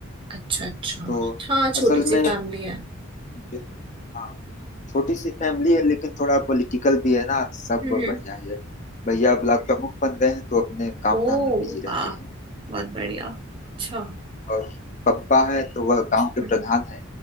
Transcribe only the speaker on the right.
अच्छा अच्छा
हाँ छोटी
सी
फैमिली है
हम्म
हम्म
ओ
वाह
बहुत बढ़िया अच्छा
हम्म